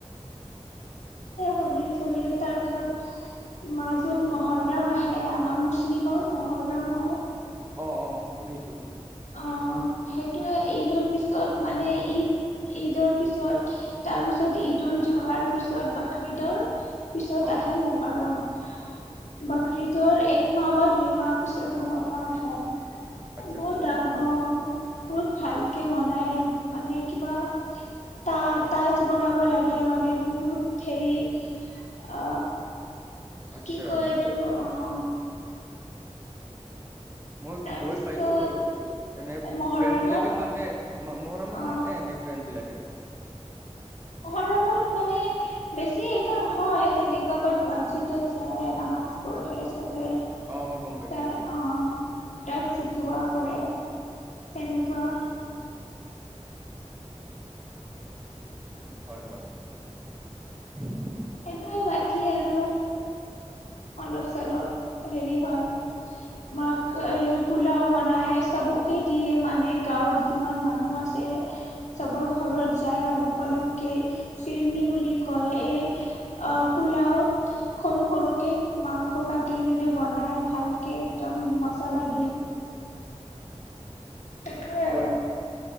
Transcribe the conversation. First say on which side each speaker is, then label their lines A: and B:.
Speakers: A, on the left; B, on the right.
A: হলী চলি তাৰ পিছত মাজত মহৰম আহে, আমাৰ মুছলিমৰ মহৰম হয়।
B: অ' অ' শুনিছো
A: অ' সেইটোৱে ঈদৰ পিছত মানে ঈদ ঈদৰ পিছত, তাৰপিছত ঈদোত জহাৰ পিছত বাকঈদৰ পিছত
B: অ
A: আহে মহৰম বাকঈদৰ এক মা বা দুই মাহ পিছত মহৰম আহে।
B: আচ্ছা
A: বহুত
B: আচ্ছা।
A: ডাঙৰ অ বহুত ভালকে মনাই, মানে কিবা তা তাজ বনাব লাগে, মানে বহুত হেৰি আ
B: আচ্ছা
A: কি কয় এইটো অ'
B: মই
A: তাৰপিছত
B: গৈ পাইছো এনে
A: মহৰমত
B: ফ্ৰেণ্ড বিলাকে মাতে, মৰমত
A: অ
B: মাতে এনে ফ্ৰেণ্ড বিলাকে।
A: মহৰমত মানে বেছি এ একে নহয় তেনেকুৱা প আজিটো যায় নামাজ পঢ়ে চবে
B: অ গম পাইছো
A: তাই
B: গম পাইছো
A: অ তাই চিলোৱা কৰে তেনেকুৱা
B: হয় হয় উম
A: সেইটো বাকী আৰু অলপ চলপ হেৰি হয় মাক এই পোলাও বনাই চবকে দিয়ে মানে গাঁৱত যিমান মানুহ আছে চবৰ ঘৰত যায় অলপ অলপকে চিৰণী বুলি কয় এই অ পোলাওত সৰু সৰুকে মাংস কাটি কিনে বনাই ভালকে একদম মচলা দি সেতুৱে‌
B: হয়
A: আৰু